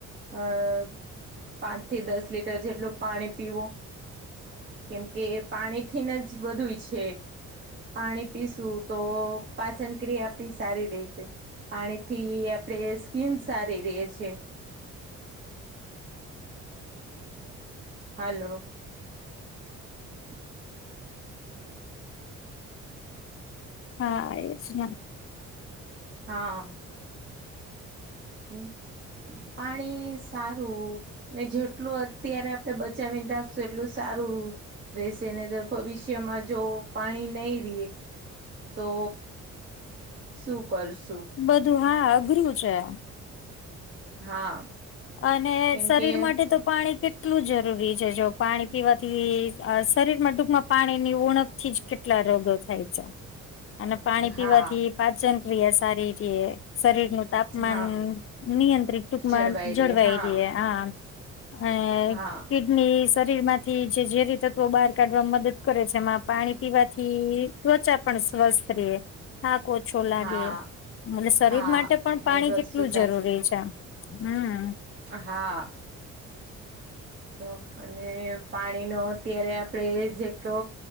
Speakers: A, on the right; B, on the left.
A: અહ પાંચ થી દસ લીટર જેટલું પાણી પીવો. કેમ કે પાણી થીન જ બધુંય છે. પાણી પીસું તો પાચન ક્રિયા આપણી સારી રેશે. પાણી થી આપડે સ્કીન સારી રહે છે.
B: <inaudible>
A: હાલો. <inaudible>
B: હા એ જ ના.
A: હા. હમ્મ. પાણી સારું ને જેટલું અત્યારે આપડે બચાવીને રાખશું એટલું સારું રહેશે ને, તો ભવિષ્યમાં જો પાણી નહીં રીએ તો શું કરશું?
B: બધું, હા, અઘરું છે આ.
A: હા.
B: અને
A: કેમ
B: શરીર
A: કે
B: માટે તો પાણી કેટલું જરૂરી છે, જો પાણી પીવા થી શરીર માં ટૂંકમાં પાણી ની ઉણપ થી જ કેટલા રોગો થાય છે. અને પાણી પીવાથી
A: હા
B: પાચન ક્રિયા સારી તે શરીર નું તાપમાન
A: હા
B: નિયંત્રિત ટૂંકમાં
A: જળવાઈ
B: જળવાય
A: રે હા
B: રહે. હા, અને
A: હા
B: <unintelligible> ની શરીર માંથી જે ઝેરી તત્વો બહાર કાઢવા મદદ કરે છે, એમાં પાણી પીવાથી ત્વચા પણ સ્વસ્થ રીએ. થાક ઓછો લાગે,
A: હા
B: માટે શરીર
A: હા
B: માટે પણ પાણી
A: આ એ વસ્તુ
B: કેટલું જરૂરી
A: સાચી
B: છે. હમ્મ.
A: હા. તો અને પાણીનો અત્યારે આપડ જેટલો